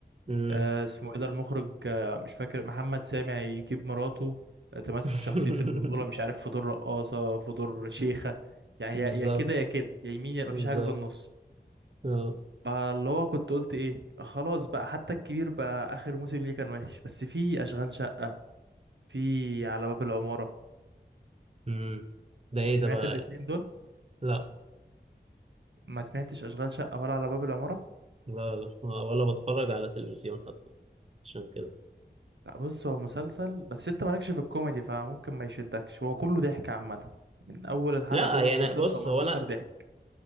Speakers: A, on the right (about 35°); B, on the right (about 80°).
A: مم.
B: آه، اسمه إيه ده المخرج آه، مش فاكر محمد سامي هيجيب مراته آه، تمثل
A: <laughs>
B: شخصية البطولة مش عارف في دور رقاصة في دور شيخة يعني
A: بالظبط
B: يا يا كده يا كده يا يمين يا مفيش
A: بالظبط
B: حاجة في النص
A: اه
B: فاللي هو كنت قلت ايه آه خلاص بقى حتى الكبير بقى اخر موسم ليه كان وحش بس في اشغال شقة في على باب العمارة
A: مم. ده ايه
B: سمعت
A: ده بقى
B: الاتنين دول
A: لا
B: ما سمعتش اشغال شقة ولا على باب العمارة
A: لا لا ما- ولا بتفرج على تلفزيون حتى عشان كده
B: لا بص هو مسلسل بس انت مالكش في الكوميدي فممكن ما يشدكش هو كله ضحك عامة من اول الحلقة
A: لا
B: الاولى
A: يعني
B: لحد
A: بص
B: ال 15
A: هو انا
B: ضحك